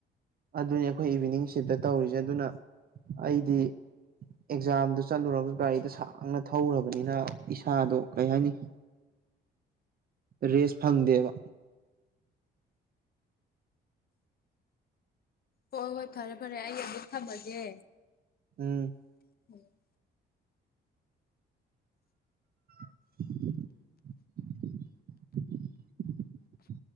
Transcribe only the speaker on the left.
ꯍꯣꯏ ꯍꯣꯏ ꯐꯔꯦ ꯐꯔꯦ ꯑꯩ ꯑꯃꯨꯛ ꯊꯝꯃꯒꯦ
<unintelligible>